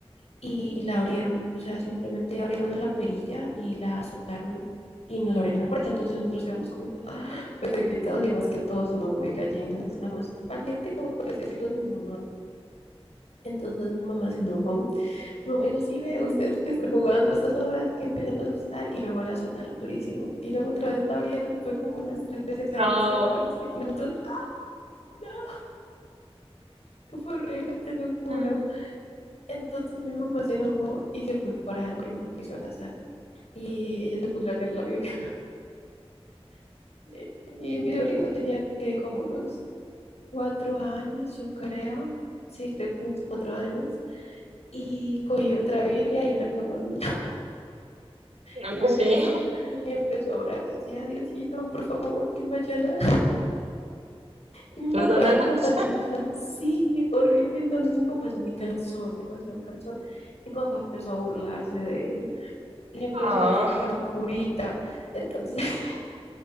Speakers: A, on the left; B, on the right.
A: y la abrieron, o sea, simplemente abrieron la perilla y la azotaron y nos abrieron la puerta. Entonces nosotros quedamos como ¡ah! petrificados y más que todos somos muy gallinas, la más valiente, como por así decirlo, es mi mamá. Entonces mi mamá se enojó. Mi mamá dijo, sí, ve,
B: Mm,
A: ustedes pueden estar jugando a estas horas que empiezan a asustar y luego la azotaron durísimo. Y luego otra vez la abrieron, fue como unas tres veces abrir,
B: no.
A: cerrar, abrirse. Y nosotros, no, fue horrible, te lo juro.
B: Mm.
A: Entonces mi mamá se enojó y se fue para el primer piso de la sala. y ella se puso a leer la Biblia. Eh, Y mi sobrino tenía que como unos cuatro años, yo creo. Sí, creo que unos cuatro años. Y cogió otra Biblia y una camándula. <laughs>
B: No,
A: Y empezó,
B: pues sí,
A: y empezó a orar. Decía, Diosito, por favor, que no haya nada. Y mi
B: <laughs> perdónanos.
A: papá, mi papá es muy cansón. Sí, horrible. Entonces mi papá es muy cansón, demasiado cansón. Mi papá empezó a burlarse de él. Le empezó
B: Ah,
A: a decir que era un curita. Entonces <laughs>